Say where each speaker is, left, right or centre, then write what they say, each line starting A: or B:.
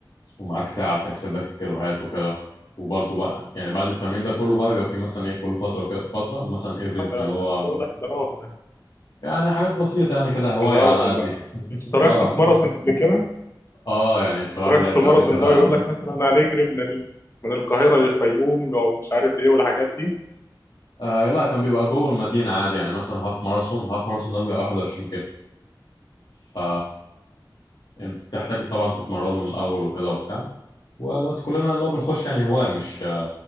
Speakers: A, on the left; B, on the left.
A: ومعاك ساعة بتحسب لك الكيلوهات وكده وبرضه بقى يعني بعد التمرين ده كله بقى بيبقى في مثلا ايه كل فترة كده فترة مثلا ايفنت
B: اه ده
A: اللي هو
B: شغل احتراف ده
A: يعني حاجات بسيطة يعني كده هواية
B: الماراثون
A: على قدي
B: بقى
A: <laughs>
B: اشتركت
A: اه
B: في ماراثون قبل كده
A: اه يعني بصراحة
B: اشتركت
A: لعبت
B: في الماراثون
A: قبل كده
B: اللي هو يقول لك مثلا هنجري من ال... من القاهرة للفيوم او مش عارف ايه والحاجات دي
A: آه لا كان بيبقى جوه المدينة عادي يعني مثلا هاف ماراثون هاف ماراثون ده بيبقى 21 كيلو ف يعني بتحتاج طبعا تتمرن من الأول وكده وبتاع وبس كلنا اللي هو بنخش يعني هواية مش